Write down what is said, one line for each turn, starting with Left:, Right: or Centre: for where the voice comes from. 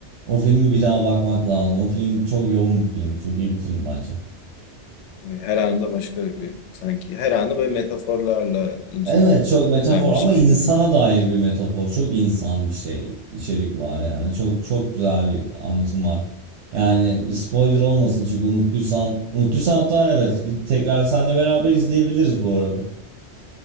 Right: O filmi bir daha bakmak lazım. O film çok yoğun bir film, çok iyi bir film bence.
Left: Her anında başka bir, sanki her anı böyle metaforlarla
Right: Evet çok
Left: incitlenmiş
Right: metafor ama
Left: bir
Right: insana
Left: figür.
Right: dair bir metafor. Çok insan bir şey içerik var yani. Çok çok güzel bir anlatım var. Yani spoiler olmasın çünkü unuttuysan unuttuysan hatta evet bir tekrar seninle beraber izleyebiliriz bu arada.